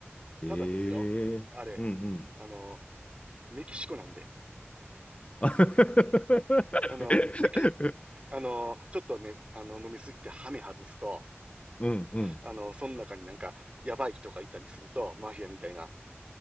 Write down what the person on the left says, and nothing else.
ええうんうん。
<laughs>
うんうん。